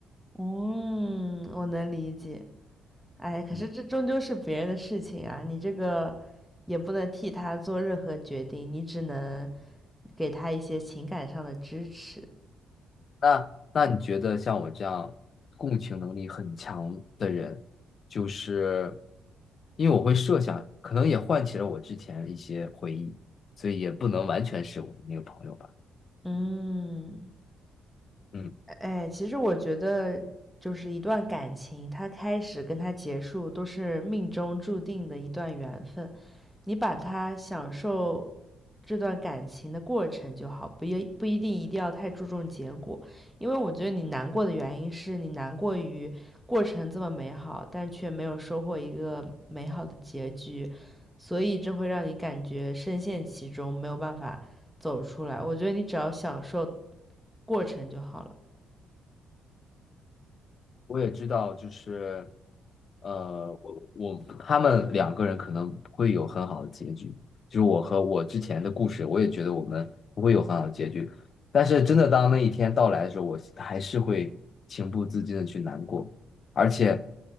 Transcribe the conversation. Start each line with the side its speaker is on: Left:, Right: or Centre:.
Centre: 嗯，我能理解。哎，可是这终究是别人的事情啊，
Left: 嗯
Centre: 你这个也不能替他做任何决定，你只能给他一些情感上的支持。
Left: 那那你觉得像我这样共情能力很强的人，就是因为我会设想，可能也唤起了我之前的一些回忆，所以也不能完全是我的那个朋友吧。
Centre: 嗯。
Left: 嗯，
Centre: 哎，其实我觉得，就是一段感情，它开始跟它结束都是命中注定的一段缘分。你把它享受这段感情的过程就好，不一不一定一定要太注重结果。因为我觉得你难过的原因是你难过于过程这么美好，但却没有收获一个美好的结局，所以这会让你感觉深陷其中，没有办法走出来。我觉得你只要享受过程就好了。
Left: 我也知道，就是呃，我我他们两个人可能不会有很好的结局，就是我和我之前的故事，我也觉得我们不会有很好的结局。但是真的当那一天到来的时候，我还是会情不自禁的去难过，而且